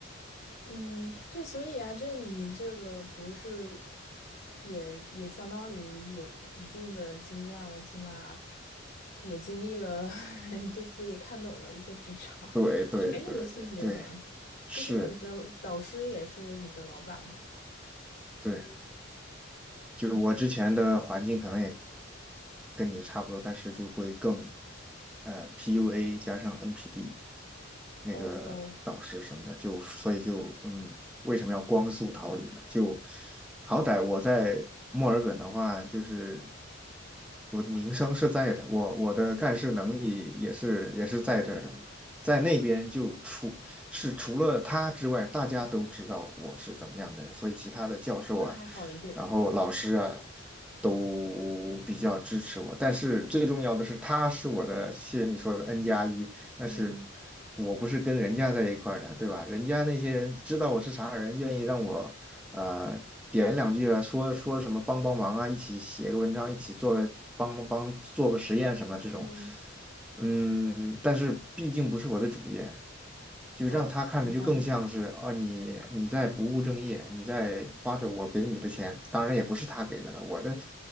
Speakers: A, on the left; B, in the centre.
A: 嗯，对，所以啊，这你这个不是也也相当于有一定的经验了，起码也经历了 <laughs> 这些，也看懂了一些职场，
B: 对对对对，
A: <laughs> 其实没什么区别的。
B: 是，
A: 其实你的导师也是你的老板嘛。
B: 对，就我之前的环境可能也
A: 嗯
B: 跟你差不多，但是就会更呃 PUA 加上 NPD，那个导师什么的，
A: ，Oh no，
B: 就所以就嗯，为什么要光速逃离呢？就好歹我在墨尔本的话，就是我的名声是在的，我我的干事能力也是也是在这儿的，在那边就除是除了他之外，大家都知道我是怎么样的人，所以其他的教授啊，
A: 那还好一点。
B: 然后老师啊。都比较支持我，但是最重要的是，他是我的，谢谢你说的 N 加一，但是
A: 嗯
B: 我不是跟人家在一块儿的，对吧？人家那些人知道我是啥人，愿意让我呃点两句啊，说说什么帮帮忙啊，一起写个文章，一起做帮帮做个实验什么这种，
A: 嗯，
B: 嗯，但是毕竟不是我的主业，就让他看着就更像是啊，
A: 哦，明白了。
B: 你你在不务正业，你在花着我给你的钱，当然也不是他给的了，我的